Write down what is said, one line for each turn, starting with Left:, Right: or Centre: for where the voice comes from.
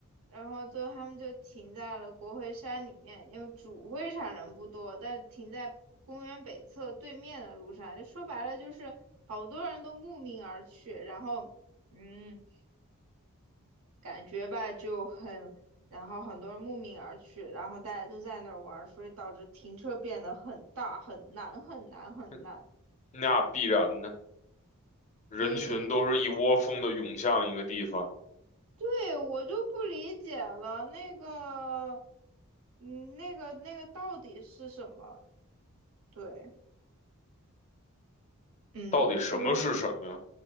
Right: 然后最后他们就停在了国会山里面，因为主会场人不多，但停在公园北侧对面的路上，就说白了就是好多人都慕名而去，然后嗯，感觉吧就很，然后很多人慕名而去，然后大家都在那儿玩儿，所以导致停车变得很大，很难，很难，很难。
Left: <laughs> 那必然的，
Right: 对，
Left: 人群都是一窝蜂的涌向一个地方。
Right: 对对对，对我就不理解了，那个，嗯，那个那个到底是什么？对。嗯，
Left: 到底什么是什么呀？
Right: 那个